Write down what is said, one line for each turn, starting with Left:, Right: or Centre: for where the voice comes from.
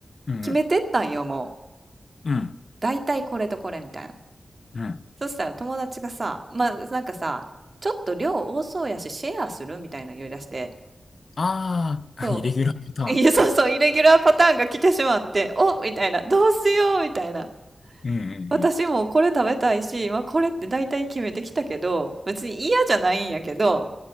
Left: うん。
Right: 決めてったんよ、もう。
Left: うん。
Right: 大体これとこれみたいな。
Left: うん。
Right: そしたら友達がさ、まあ、なんかさ、ちょっと量多そうやし、シェアするみたいなの言い出して、
Left: ああー、
Right: そ
Left: イレギュラーパタ
Right: う。いや、そうそう、イレギュラーパターンが来てしまって、おみたいな、どうしようみたいな。
Left: ーン。うんうんうん。
Right: 私もこれ食べたいし、まあ、これって大体決めてきたけど、別に嫌じゃないんやけど、